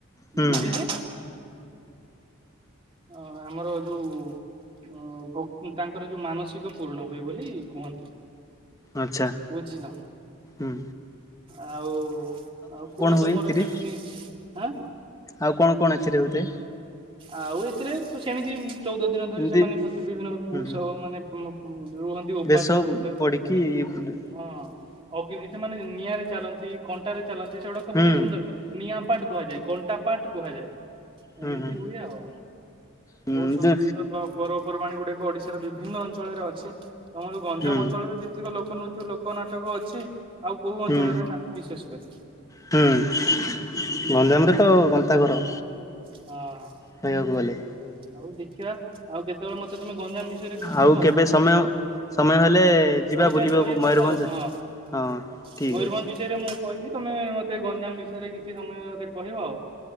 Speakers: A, on the left; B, on the right.
A: ହୁଁ
B: ବୁଲିଲେ ଅ ଆମର ଯୋଉ ଅ ଭ ତାଙ୍କର ଯୋଉ ମାନସିକ ପୂରଣ ହୁଏ ବୋଲି କୁହନ୍ତି।
A: ଆଚ୍ଛା
B: ବୁଝିଲ।
A: ଉଁ।
B: ଆଉ ଆଉ କୁଅ
A: ହୁଏ
B: ତମର
A: ଏଥିରେ
B: କେମିତି ଆଁ?
A: ଆଉ କଣ କଣ ଏଥିରେ ହଉଥାଏ।
B: ଆଉ ଏଥିରେ ସେମିତି ଚଉଦ ଦିନ ଧରି
A: ଏମିତି
B: ସେମାନେ ମଧ୍ୟ ବିଭିନ୍ନ ପୁଷ
A: ହୁଁ ହୁଁ
B: ମାନେ ରୁ ରୁହନ୍ତି ଉପାସ
A: ବେଶ
B: ବ୍ରତରେ
A: ପଡିକି
B: ରୁହନ୍ତି
A: ବୁଲେ
B: ହଁ। ଅଗ୍ନି ସେମାନେ ନିଆଁରେ ଚାଲନ୍ତି କଣ୍ଟାରେ ଚାଲନ୍ତି ସେଗୁଡାକ
A: ହୁଁ
B: ବଢିଆ ସୁନ୍ଦର ନିଆଁ ପାଟ କୁହାଯାଏ କଣ୍ଟା ପାଟ କୁହାଯାଏ
A: ହୁଁ
B: ଏମିତି
A: ହୁଁ।
B: ହୁଏ ଆଉ।
A: ହୁଁ
B: ବହୁତ ସୁନ୍ଦର
A: ଯେ
B: ସୁନ୍ଦର ପ ପର୍ବପର୍ବାଣି ଗୁଡାକ ଓଡିଶାର ବିଭିନ୍ନ ଅଞ୍ଚଳରେ ଅଛି। ତମର ଗଞ୍ଜାମ
A: ହୁଁ
B: ଅଞ୍ଚଳରେ ଯେତିକ ଲୋକ ନୃତ୍ୟ ଲୋକ ନାଟକ ଅଛି ଆଉ କୋଉ ଅଞ୍ଚଳରେ
A: ହୁଁ
B: ନାହିଁ ବିଶେଷ କରି।
A: ହୁଁ ଗଞ୍ଜାମରେ ତ ଗନ୍ତା ଘର
B: ହଁ ଆଉ
A: କହିବାକୁ ଗଲେ
B: ଦେଖିବା ଆଉ କେତେବେଳେ ମୋତେ ତମେ ଗଞ୍ଜାମ ବିଷୟରେ କିଛି କୁହ
A: ଆଉ କେବେ ସମୟ? ସମୟ ହେଲେ ଯିବା
B: କହିଲେ
A: ବୁଲିବାକୁ
B: କହିବ ମୋତେ
A: ମୟୂରଭଞ୍ଜ।
B: ଆଉ ହଁ ମୟୁରଭଞ୍ଜ
A: ହଁ ଠିକ୍ ଅଛି
B: ବିଷୟରେ ମୁଁ କହିବି। ତମେ ମୋତେ ଗଞ୍ଜାମ ବିଷୟରେ କିଛି ସମୟ ମୋତେ କହିବ ଆଉ।